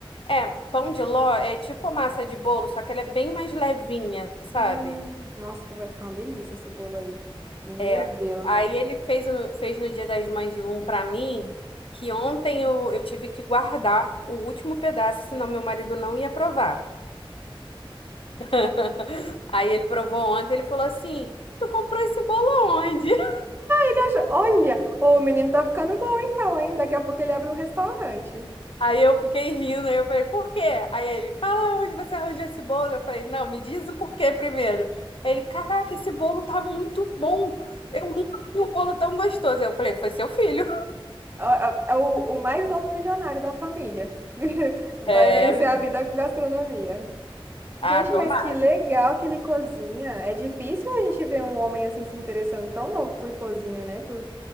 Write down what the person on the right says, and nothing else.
Hum, nossa, então vai ficar uma delícia esse bolo aí. Meu
Deus.
Ele acha- Olha, ô, o menino tá ficando bom então, hein? Daqui a pouco ele abre um restaurante.
É é o, o mais novo milionário da família. <laughs> Vai
vencer
a vida com gastronomia.
Gente,
mas que legal que ele cozinha. É difícil a gente ver um homem assim se interessando tão novo por cozinha, né? Por,